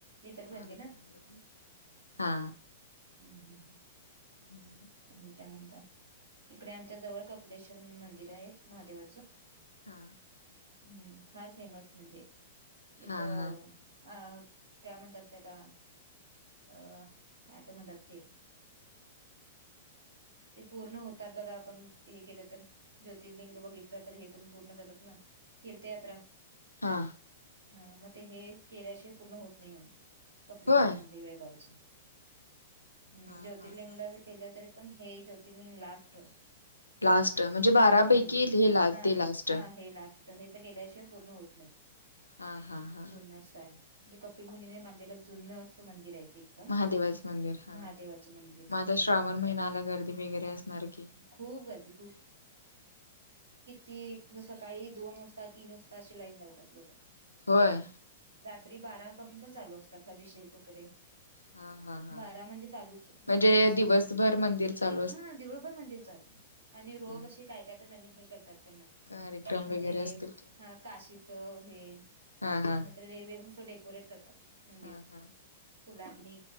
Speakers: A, on the right; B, on the left.
A: इचलकरंजी
B: मारुती
A: ना
B: मंदीर आहे, हा.
A: हम्- हम.
B: हम्म,
A: आणि काय म्हणता, इकडे आमच्या जवळ कपिलेश्वर म्हणुन मंदिर आहे महादेवाचं.
B: हा
A: हम्म, फार फेमस म्हणजे
B: हा
A: इथ आ
B: हा
A: काय म्हतात त्याला, अ हं काय तर म्हणतात ते ते पूर्ण होतात बघा आपण हे केलं तर, ज्योतिर्लिंग बघितलं तर हे पण पूर्ण करतात ना. तीर्थ यात्रा.
B: हा,
A: हं म ते हे केल्याशिवाय पूर्ण होत नाही म्हणे, कपिलेश्वर
B: होय
A: म्हणून वेगवेगळ्या गावचं, हम्
B: हा
A: ज्योतिर्लिंग
B: हा हा
A: ला गेल्या तरी पण हे ज्योतिलिंग लास्ट होतं.
B: लास्ट म्हणजे बारा
A: होय,
B: पैकी हे ला
A: हा-
B: ते लास्ट
A: हा, हे लास्ट त हे तर गेल्याशिवाय पूर्ण होत नाही,
B: हा हा हा
A: पूर्ण असायं म्हणजे कपिल मुनीने मांडलेल पुर्ण असं मंदिर आहे ते. एकदम
B: महादेवाच मंदिर हा,
A: महादेवाचं मंदिर.
B: म आता श्रावण महिना आला गर्दी वगैरे असणार की?
A: खूप गर्दी खूप. किती सकाळी दोन वाजता, तीन वाजता अशी लाईन लावतात लोकं.
B: होय,
A: रात्री बारापासून पण चालू असतात, अभिषेक वगैरे.
B: हा हा हा
A: बारा म्हणजे चालुचं, दुसऱ्या
B: म्हणजे
A: दिवशीचे
B: दिवसभर मंदिर चालु
A: हा दिवसभर मंदिर चालू आणि रोज
B: हम्म
A: अशी काय- काय तर नवीन हे करतात त्यांना
B: कार्यक्रम
A: म्हणजे
B: वगैरे असतील की
A: हं काशीच हे
B: हा हा
A: नाही तर वेगवेगळं असं डेकोरेट करतात, मंदिर.
B: हा हा
A: फुलांनी,